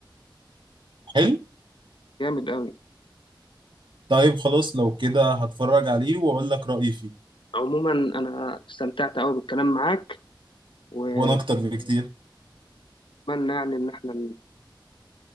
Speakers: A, on the right; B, on the left.
A: حلو
B: جامد قوي
A: طيب خلاص لو كده هتفرج عليه واقول لك رأيي فيه
B: عموما انا استمتعت قوي بالكلام معاك واتمنى
A: وانا اكتر بكتير
B: يعني ان احنا